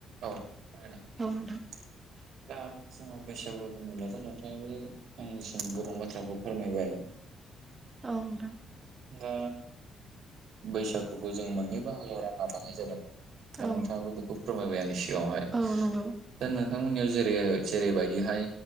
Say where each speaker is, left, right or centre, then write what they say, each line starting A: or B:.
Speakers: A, on the right (about 75°); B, on the right (about 30°).
A: औ <unintelligible>
B: औ नोंथां
A: दा जोंहा बैसागु होनोब्लाथ' नोंथाङानो आंनिसिम गोबां बाथ्राखौ फोरमायबाय।
B: औ नोंथां।
A: दा बैसागुखौ जों मोननै बाहागोआव रानना लानाय जादों। दा
B: औ
A: नोंथाङाबो बेखौ फोरमायबाय आंनि सिगाङावहाय
B: औ नंगौ
A: दा नों नोंथांमोननियाव जेरै जेरैबायदिहाय